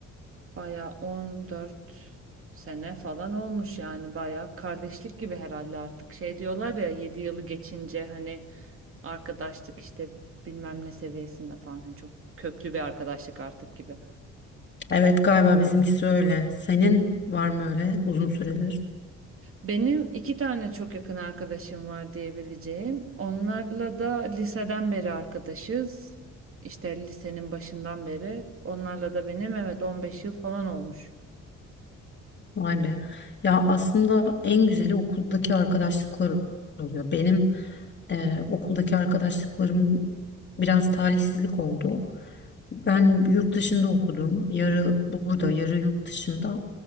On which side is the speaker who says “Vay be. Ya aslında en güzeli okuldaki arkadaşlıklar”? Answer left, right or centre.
Left